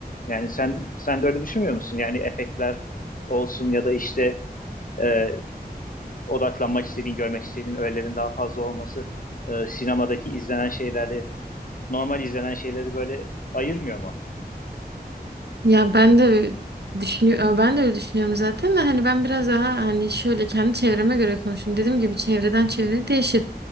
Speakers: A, on the left; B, on the right.
A: Yani sen sen de öyle düşünmüyor musun? Yani efektler olsun ya da işte e, odaklanmak istediğin, görmek istediğin öğelerin daha fazla olması e, sinemadaki izlenen şeylerle normal izlenen şeyleri böyle ayırmıyor mu?
B: Ya ben de düşünüyorum ben de öyle düşünüyorum zaten de hani ben biraz daha hani şöyle kendi çevreme göre konuştum. Dediğim gibi çevreden çevreye değişir.